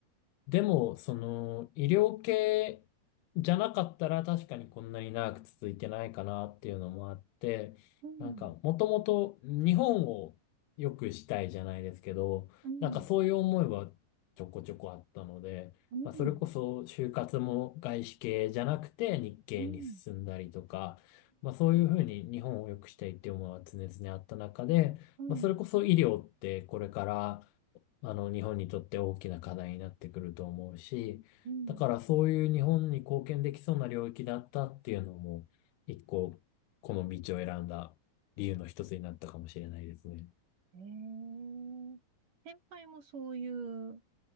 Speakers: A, on the left; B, on the right.
A: でも、その、医療系じゃなかったら確かにこんなに長く続いてないかなっていうのもあって、
B: うん、
A: なんか、もともと日本を良くしたいじゃないですけど、
B: うん、
A: なんかそういう思いはちょこちょこあったので、
B: うん、うん、
A: まあ、それこそ就活も外資系じゃなくて日系に進んだりとか、
B: うん、
A: まあそういうふうに日本を良くしたいっていう思いは常々あった中で、
B: うん、
A: まあそれこそ医療ってこれからあの、日本にとって大きな課題になってくると思うし、
B: うん。
A: だからそういう日本に貢献できそうな領域だったっていうのも、一個、この道を選んだ理由の一つになったかもしれないですね。
B: ええ先輩もそういう